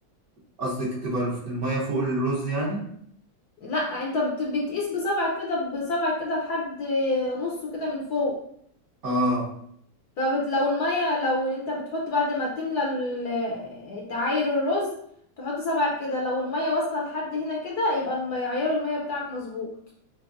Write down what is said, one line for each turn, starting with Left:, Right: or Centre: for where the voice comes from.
Right: قصدك تبقى الف- المية فوق الرز يعني
Left: لا انت بت... بتقيس بصبعك كده بصبعك كده لحد نصه كده من فوق
Right: آه
Left: فبت... لو الميه لو انت بتحط بعد ما تملى ال- تعاير الرز تحط صبعك كده لو الميه واصله لحد هنا كده يبقى الم- عيار الميه بتاعك مظبوط